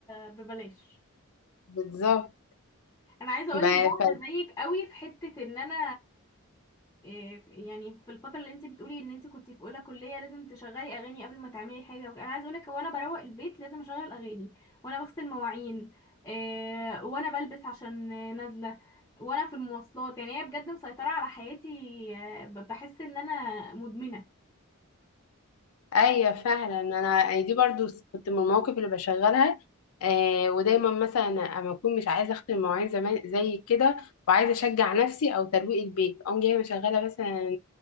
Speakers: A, on the left; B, on the left.
A: ببلاش
B: بالظبط
A: انا عايزه اقول
B: بقى
A: لك بقى
B: ف...
A: انا زيك قوي في حته ان انا إيه، يعني في الفتره اللي انت بتقولي ان انت كنت في اولى كليه لازم تشغلي اغاني قبل ما تعملي حاجه وكده. انا عايزه اقول لك وانا بروق البيت لازم اشغل اغاني وانا بغسل مواعين إيه، وانا بلبس عشان نازله وانا في المواصلات يعني هي بجد مسيطره على حياتي إيه، ب- بحس ان انا مدمنه
B: ايوه فعلا انا يعني دي برضو كنت من المواقف اللي بشغلها آه ودايما مثلا اما اكون مش عايزه اختم المواعين زمان زي كده وعايزه اشجع نفسي او ترويق البيت اقوم جايه مشغله مثلا